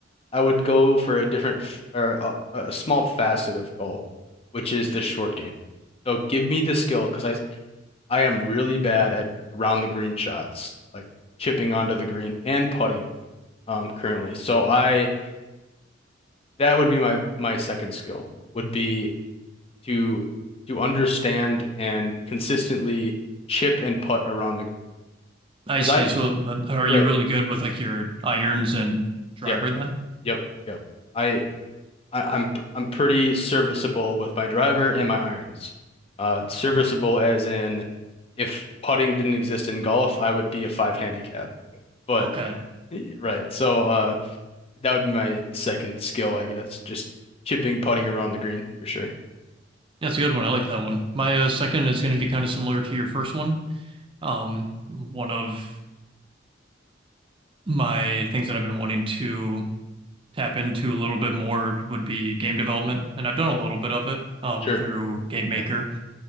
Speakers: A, on the left (about 30°); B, on the right (about 25°).
A: I would go for a different f- or a, a small facet of golf, which is the short game. So give me the skill because I I am really bad at around the green shots, like chipping onto the green and putting um currently. So I that would be my my second skill would be to to understand and consistently chip and putt around the green.
B: I
A: Because
B: see.
A: I
B: So then are you
A: right.
B: really good with like your irons and driver
A: Yeah.
B: then?
A: Yep, yep. I, I I'm I'm pretty serviceable with my driver and my irons. Uh, serviceable as in if putting didn't exist in golf, I would be a five handicap. But
B: Okay.
A: right, so uh, that would be my second skill, I guess. Just chipping, putting around the green for sure.
B: That's a good one. I like that one. My uh, second is going to be kind of similar to your first one. Um, one of my things that I've been wanting to tap into a little bit more would be game development. And I've done a little bit of it um,
A: Sure.
B: through Game Maker.
A: Yeah.